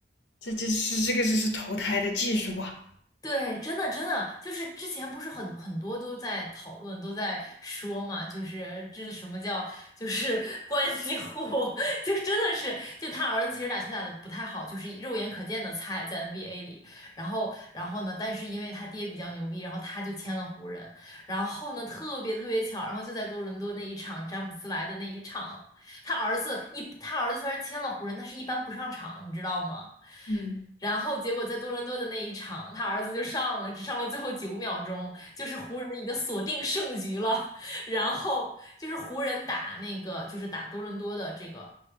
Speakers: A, on the left (about 85°); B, on the left (about 20°).
A: 这这是这个就是投胎的技术啊，
B: 对，真的真的，就是之前不是很很多都在讨论，都在说嘛，就是这是什么叫就是 <laughs> 关系户，<laughs> 就真的是就他儿子其实打球打的不太好，就是肉眼可见的菜在 NBA 里，然后然后呢，但是因为他爹比较牛逼，然后他就签了湖人，然后呢特别特别巧，然后就在多伦多那一场詹姆斯来的那一场，他儿子一他儿子虽然签了湖人，但是一般不上场，你知道吗？
A: 嗯，
B: 然后结果在多伦多的那一场，他儿子就上了，只上了最后九秒钟，就是湖人已经锁定胜局了。<laughs> 然后就是湖人打那个，就是打多伦多的这个，